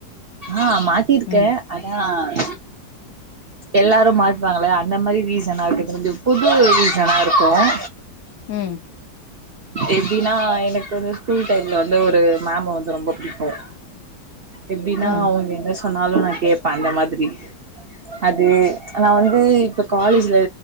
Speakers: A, on the right (about 55°); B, on the left (about 60°).
A: ஆஹ் மாட்டியிருக்கேன்
B: ம்
A: ஆன எல்லாரும் மாட்டு வாங்களே அந்த மாதிரி ரீசனா இருக்கு கொஞ்சம் புது ரீசனா இருக்கும்
B: ம்
A: எப்படின்னா எனக்கு வந்து ஸ்கூல் டைம்ல வந்து ஒரு மேம வந்து ரொம்ப பிடிக்கும் ஆஹ் எப்படின்னா
B: ஆ
A: அவங்க என்ன சொ சொன்னாலு நா கேப்பே அந்த மாதிரி அது நா வந்து இப்ப காலேஜ்ல